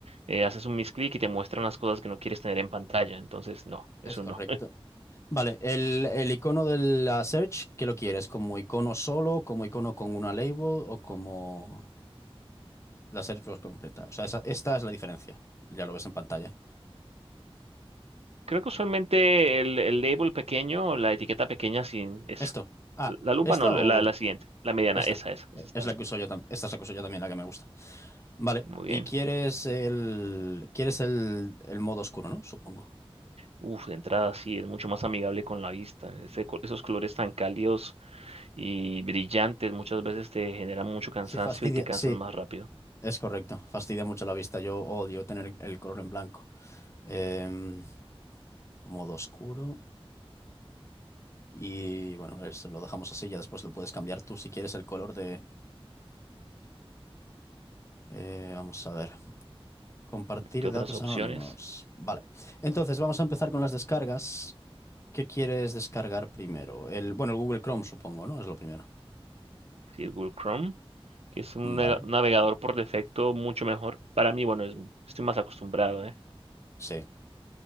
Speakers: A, on the right; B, on the left.
A: eh, haces un misclick y te muestran las cosas que no quieres tener en pantalla. Entonces, no, eso
B: es correcto.
A: no.
B: Vale, el, el icono de la search, ¿qué lo quieres? ¿Como icono solo, como icono con una label o como la search box completa? O sea, esa- esta es la diferencia. Ya lo ves en pantalla.
A: Creo que usualmente el, el label pequeño, la etiqueta pequeña sin esa.
B: Esto. Ah,
A: La lupa
B: ¿esta
A: no, la,
B: o
A: la siguiente, la mediana,
B: esta?
A: esa, esa, esa
B: Eh,
A: está
B: Es
A: bien.
B: la que uso yo también. Esta es la que uso yo también, la que me gusta. Vale.
A: Muy
B: Y
A: bien.
B: quieres el. Quieres el, el modo oscuro, ¿no? Supongo.
A: Uf, de entrada sí, es mucho más amigable con la vista. Ese co- esos colores tan cálidos y brillantes, muchas veces te generan mucho cansancio
B: Sí, fastidia.
A: y te cansas
B: Sí,
A: más rápido
B: es correcto. Fastidia mucho la vista. Yo odio tener el color en blanco. Em, modo oscuro. Y bueno, es- lo dejamos así. Ya después lo puedes cambiar tú si quieres el color de. eh, vamos a ver. Compartir
A: qué otras
B: datos
A: opciones.
B: anónimos. Vale. Entonces, vamos a empezar con las descargas. ¿Qué quieres descargar primero? El, bueno, el Google Chrome, supongo, ¿no? Es lo primero.
A: Si Google Chrome, que es un
B: Vale.
A: nega- navegador por defecto mucho mejor. Para mí, bueno, es- estoy más acostumbrado, ¿eh?
B: Sí.